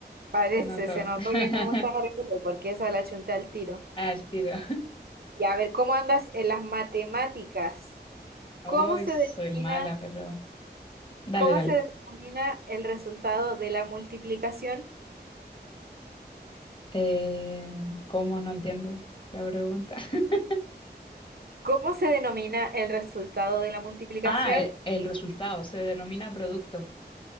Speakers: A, on the right; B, on the left.
A: parece,
B: Se notó.
A: se notó
B: <laughs>
A: que me gusta Harry Potter porque esa la chunté al tiro.
B: Al tiro.
A: Y a ver, ¿cómo andas en las matemáticas?
B: Hoy
A: ¿Cómo se
B: soy
A: denomina,
B: mala, pero dale,
A: cómo
B: dale.
A: se denomina el resultado de la multiplicación?
B: Eh, ¿cómo no entiendo la pregunta? <laughs>
A: ¿Cómo se denomina el resultado de la multiplicación?
B: Ah, e- el, resultado se denomina producto.